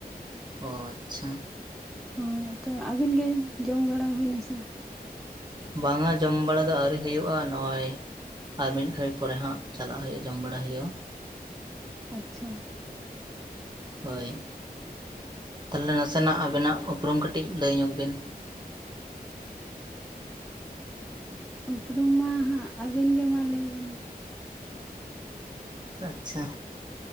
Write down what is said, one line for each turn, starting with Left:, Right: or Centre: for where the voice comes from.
Right: ᱚ ᱟᱪᱪᱷᱟ
Centre: ᱦᱳᱭ ᱟᱫᱚ ᱟᱹᱵᱤᱱ ᱜᱮ ᱡᱚᱢ ᱵᱟᱲᱟ ᱦᱩᱭᱮᱱᱟ ᱥᱮ
Right: ᱵᱟᱝᱟ ᱡᱚᱢ ᱵᱟᱲᱟ ᱫᱚ ᱟᱹᱣᱨᱤ ᱦᱩᱭᱩᱜᱼᱟ ᱱᱚᱜᱼᱚᱭ ᱟᱨ ᱢᱤᱫ ᱜᱷᱟᱹᱲᱤᱡ ᱯᱚᱨᱮ ᱦᱟᱸᱜ ᱪᱟᱞᱟᱜ ᱦᱩᱭᱩᱜᱼᱟ ᱡᱚᱢ ᱵᱟᱲᱟ ᱦᱳᱭᱳᱜᱼᱟ
Centre: ᱟᱪᱪᱷᱟ
Right: ᱦᱳᱭ ᱛᱟᱦᱚᱞᱮ ᱱᱟᱥᱮᱱᱟᱜ ᱟᱵᱮᱱᱟᱜ ᱩᱯᱨᱩᱢ ᱠᱟᱹᱴᱤᱡ ᱞᱟᱹᱭ ᱧᱚᱜ ᱵᱮᱱ
Centre: ᱩᱯᱨᱩᱢ ᱢᱟ ᱦᱟᱸᱜ ᱟᱹᱵᱤᱱ ᱜᱮ ᱢᱟ ᱞᱟᱹᱭ ᱵᱮᱱ
Right: ᱟᱪᱪᱷᱟ